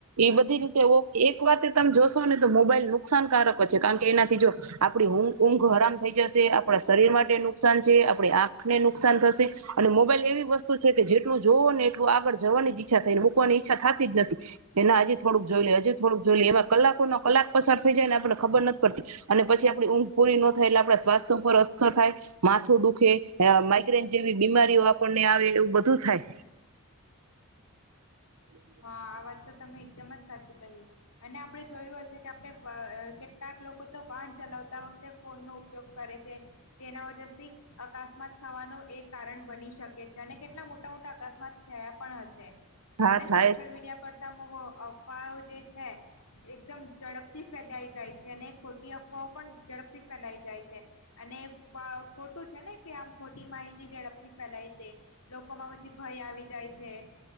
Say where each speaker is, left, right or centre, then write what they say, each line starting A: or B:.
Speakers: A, on the right; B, on the left.
A: એ બધી રીતે એક વાત તમે જોશો ને તો મોબાઈલ નુકસાનકારક જ છે કારણ કે એનાથી જો, આપણી ઊંઘ ઊંઘ હરામ થઈ જશે આપણા શરીર માટે નુકસાન છે આપણી આંખને નુકાન થશે, અને મોબાઈલ એવી વસ્તુ છે કે જેટલું જોવો ને એટલું આગળ જવાની જ ઈચ્છા થઈને મૂકવાની ઈચ્છા થતી જ નથી, એના હજી થોડુંક જોઈ લે હજી થોડુંક જોઈ લે એવા કલાકો ના કલાક પસાર થઈ જાય ને આપણને ખબર નથી પડતી, અને પછી આપણી ઊંઘ પૂરી ન થાય એટલે આપણા સ્વાસ્થ્ય ઉપર અસર થાય, માથું દુખે. જેવી બીમારીઓ આપને આવે એવું બધું થાય.
B: હા આ વાત તો તમે એકદમ જ સાચી કહી, અને આપણે જોયું હશે કે આપણે કેટલાક લોકો તો વાહન ચલાવતા વખતે ફોનનો ઉપયોગ કરે છે, જેના વજથી અકસ્માત થવાનું એ કારણ બની શકે છે અને કેટલા મોટા મોટા અકસ્માત થયા પણ હશે.
A: હા થાય.
B: સોશલ
A: જ
B: મીડિયા પર અફવાઓ જે છે, એકદમ ઝડપથી ફેલાઈ જાય છે, અને ખોટી અફવાઓ પણ ઝડપથી ફેલાઈ જાય છે, અને ખોટું છે ને કે આમ ખોટી માહિતી ઝડપથી ફેલાય તે, લોકોમાં પછી ભય આવી જાય છે.